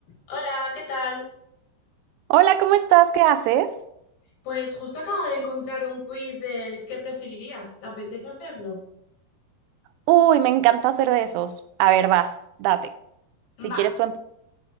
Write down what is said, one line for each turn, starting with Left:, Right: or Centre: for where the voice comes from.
Left: Hola, ¿qué tal?
Right: Hola, ¿cómo estás? ¿Qué haces?
Left: Pues justo acabo de encontrar un quiz del ¿qué preferirías? ¿Te apetece hacerlo?
Right: Uy, me encanta hacer de esos. A ver, vas, date.
Left: Vale,
Right: Si quieres tú empieza.